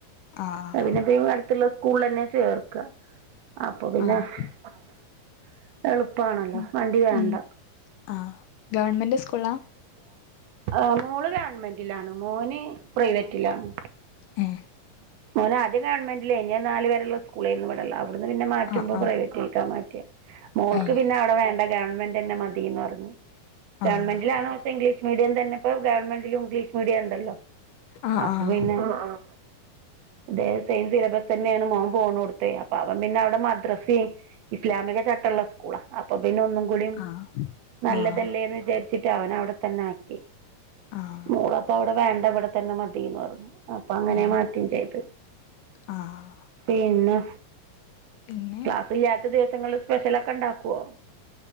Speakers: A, on the left; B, on the right.
A: ആഹ്
B: ആ പിന്നെപ്പ അടുത്തുള്ള സ്കൂള തന്നെ ചേർക്ക അപ്പൊ പിന്നെ
A: ആഹ്
B: <inaudible> എളുപ്പാണല്ലോ
A: ഉം
B: വണ്ടി വേണ്ട.
A: ഉം ആഹ് ഗവൺമെന്റ് സ്കൂളാ
B: ആ മോള് ഗവൺമെന്റിലാണ്, മോന് പ്രൈവറ്റിലാണ്.
A: ഹേ
B: ഓന് ആദ്യം ഗവൺമെന്റിലെന്നി അത് നാലുവരെയുള്ള സ്കൂളാ ര്ന് പണ്ടുള്ള അവിടുന്ന് പിന്നെ മാറ്റുമ്പോ
A: ആഹ് ആഹ്
B: പ്രൈവറ്റായി. മാറ്റിയ മോക്കവിടെ
A: ഏഹ്
B: വേണ്ട ഗവൺമെൻറ് തന്നെ മതിന്ന് പറഞ്ഞു. ഗവൺമെന്റിലണോം
A: ആഹ്
B: ഇംഗ്ലീഷ് മീഡിയം തന്നെപ്പോ ഗവൺമെന്റിലും ഇംഗ്ലീഷ് മീഡിയം ഉണ്ടല്ലോ.
A: ആഹ്
B: അപ്പൊ
A: ആഹ്
B: പിന്നെ? ഹ് ങ അത സെയിം സിലബസ് തന്നെയാണ് മോൻ പോണൂടത്തെ അപ്പ അവൻ പിന്നെ മദ്രസ. ഇസ്ലാമിക ചട്ടമുള്ള സ്കൂള അപ്പൊ പിന്നെ ഒന്നും കൂടി
A: ആഹ്
B: നല്ലതല്ലേന്ന്
A: ആഹ്
B: വിചാരി ച്ചിട്ട അവന അവിടെ തന്നെ ആക്കി
A: ആഹ്
B: മോളപ്പ അവിടെ വേണ്ട ഇവിടെ തന്നെ മതിന്ന് പറഞ്ഞു. അപ്പൊ അങ്ങനെ
A: ഏഹ്
B: മാറ്റം ചെയ്തു,
A: ആഹ്
B: പിന്നെ?
A: പിന്നെ
B: ക്ലാസില്ലാത്ത ദിവസങ്ങളിൽ സ്പെഷ്യല് ഒക്കെ ഉണ്ടാക്കുവോ?